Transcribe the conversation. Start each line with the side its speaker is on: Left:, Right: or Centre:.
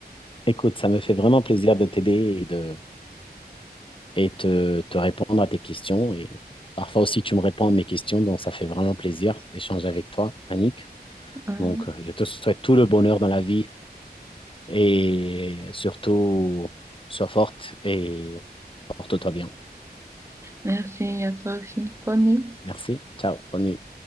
Left: Écoute, ça me fait vraiment plaisir de t'aider et de et te, te répondre à tes questions. Et parfois aussi, tu me réponds à mes questions, donc ça fait vraiment plaisir d'échanger avec toi, Annick.
Right: Voilà.
Left: Donc, euh, je te souhaite tout le bonheur dans la vie et surtout, sois forte et porte-toi bien.
Right: Merci à toi aussi. Bonne nuit.
Left: Merci. Ciao. Bonne nuit.